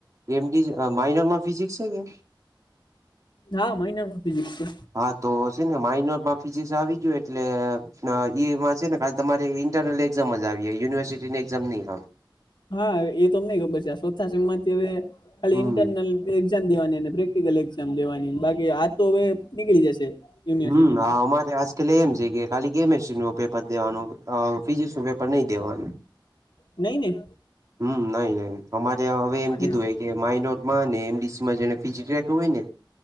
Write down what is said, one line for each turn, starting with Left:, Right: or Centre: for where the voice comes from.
Right: એમ માઇનરમાં ફિઝિક્સ છે કે?
Left: હા મહિનાનું ફિઝિક્સ છે
Right: હા તો છે ને માઇનરમાં ફિઝિક્સ આવી ગયું એટલે એમાં છે ને ખાલી તમારે ઇન્ટરનલ એક્ઝામ જ આવી યુનિવર્સિટીની એક્ઝામ ની આવે.
Left: હા, એ તોમ ની ખબર છે ચોથા સેમ માંથી હવે ખાલી
Right: હમ
Left: ઇન્ટરન એક્ઝામ દેવાનીને પ્રેક્ટિકલ એક્ઝામ દેવાની બાકી આ તો હવે નીકળી જશે યુનિવર્સિટીની
Right: હમ
Left: તો
Right: અમારે આજકાલે એમ છે કે ખાલી કેમેિસ્ટ્રી ન પેપર દેવાનું ફિઝિકસ ન પેપર નહીં દેવાનું
Left: નઈને.
Right: હમ, નઈ નઈ‌. અમારે હવે એમ
Left: હમ
Right: કીધું હોય કે માઇનરમાં ને એમડીસીમાં જેને ફિજી જોઈતું હોય ને